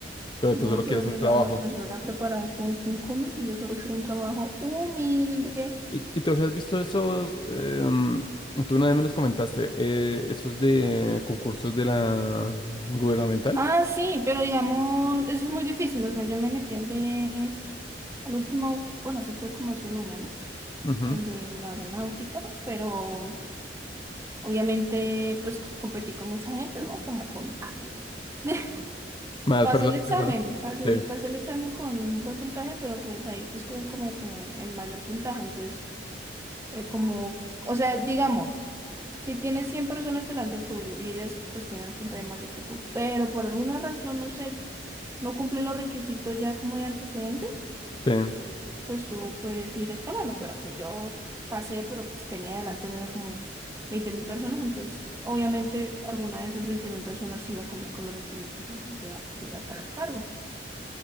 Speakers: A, on the left; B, on the right.
A: Pero
B: No,
A: tú solo
B: pero
A: quieres
B: mira,
A: un trabajo.
B: la persona preparada con un si yo solo quiero un trabajo humilde.
A: ¿Y, y te has visto esos? em, tú una vez me los comentaste, eh, esos de concursos de la gubernamentales.
B: Ah, sí, pero digamos, eso es muy difícil. O sea, yo me metí al de, al último, bueno, se fue como hace un año, ¿no?
A: Ujú.
B: el de la aeronáutica, pero obviamente pues competí con mucha gente, ¿no? Como con alguien. <laughs>
A: Más
B: Pasé
A: personas
B: el examen,
A: que van
B: pasé
A: Sí,
B: el, pasé el examen con un buen puntaje, pero pues ahí te escogen como que el mayor puntaje. Entonces, eh, como, o sea, digamos, si tienes 100 personas delante tuyo y ellas pues tienen un puntaje mayor que tú, pero por alguna razón, no sé, no cumplen los requisitos ya como de antecedentes,
A: sí,
B: pues tú puedes ir escalando, pero pues yo pasé, pero pues tenía delante mío como veinte mil personas, entonces obviamente alguna de esas veinte mil personas iba a cumplir con los requisitos y sí se iba a postular para el cargo.